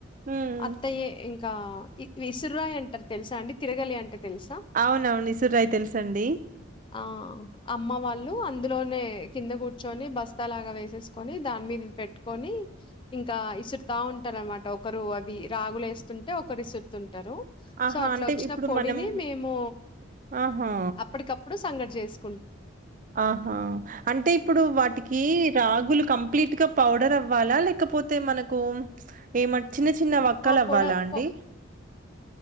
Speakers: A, on the right; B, on the left.
A: హ్మ్
B: అత్తయ్య ఇం కా ఇ విసుర్రాయి అంటారు తెలుసా అండి తిరగలి అంటే తెలుసా
A: అవునవును విసుర్రాయి తెలుసండి
B: ఆ అమ్మ వాళ్ళు అందులోనే కింద కూర్చొని బస్తాలాగా వేసేసుకొని దాని మీద పెట్టుకొని ఇంకా ఇసురుతా ఉంటారు అన్నమాట ఒకరు అవి రాగులే వేస్తుంటే ఒకరు ఇసురుతు టారు
A: ఆహా
B: సో అట్లా
A: అంటే
B: వచ్చిన
A: ఇప్పుడు
B: పొడిని
A: మనం
B: మేము
A: ఆహా
B: అప్పటికప్పుడు సంగటి చేసుకు
A: ఆహా అంటే ఇప్పుడు వాటికి రాగులు కంప్లీట్ గా పౌడర్ అవ్వాలా లేకపోతే మనకు ఏమం చిన్న చిన్న వక్కలు
B: ఆ
A: అవ్వాలా
B: పొడ
A: అండి
B: పొ